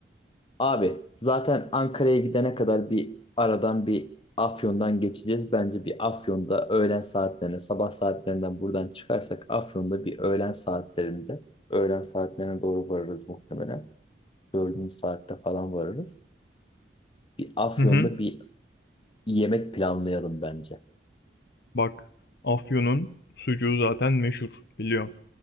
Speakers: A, on the left; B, on the left.
A: abi zaten Ankara'ya gidene kadar bir aradan bir Afyon'dan geçeceğiz. Bence bir Afyon'da öğlen saatlerine, sabah saatlerinden buradan çıkarsak Afyon'da bir öğlen saatlerinde, öğlen saatlerine doğru varırız muhtemelen. Dördüncü saatte falan varırız. Bir Afyon'da
B: hı hı,
A: bir yemek planlayalım bence.
B: Bak, Afyon'un sucuğu zaten meşhur, biliyorsun.